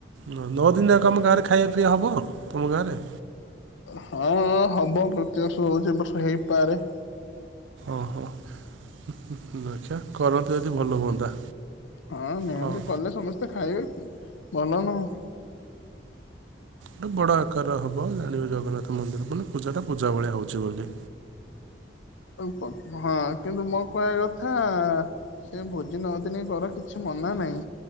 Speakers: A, on the right; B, on the left.
A: ନଅ ଦିନି ଯାକ ଆମ ଗାଁରେ ଖାଇବା ପିଇବା ହବ ତମ ଗାଁରେ?
B: ହଁ ହବ ପ୍ରତିବର୍ଷ ହୋଉଚି ଏ ବର୍ଷ ହେଇପାରେ।
A: ଓହୋ ଆଚ୍ଛା କରନ୍ତୁ ଯଦି ଭଲ ହୁଅନ୍ତା।
B: ହଁ ନିହାତି
A: ହଉ
B: କଲେ ସମସ୍ତେ ଖାଇବେ କି ଭଲ ନା ଆଉ।
A: ଗଟେ ବଡ଼ ଆକାର ହବ ଜାଣିବେ ଜଗନ୍ନାଥ ମନ୍ଦିର ପୁ ପୂଜାଟା ପୂଜା ଭଳିଆ ହଉଛି ବୋଲି।
B: ଆଉ ହଁ କିନ୍ତୁ ମୋ କହିବା କଥା ସେ ଭୋଜି ନଅ ଦିନି କର କିଛି ମନା ନାହିଁ